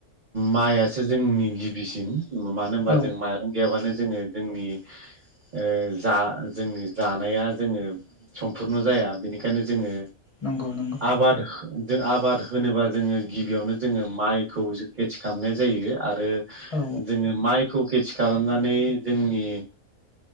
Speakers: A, on the right; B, on the left.
A: माइआसो जोंनि गिबिसिन मानो होनबा
B: औ
A: जों माइरं गैयाबानो जोङो जोंनि ओ जा जोंनि जानाया जोङो समपुरन जाया बेनिखायनो जोङो
B: नंगौ नंगौ।
A: आबाद जों आबाद होनोबा जोङो गिबियावनो जोङो माइखौ ज खेथि खालामनाय जायो आरो
B: औ
A: जोङो माइखौ खेथि खालामनानै जोंनि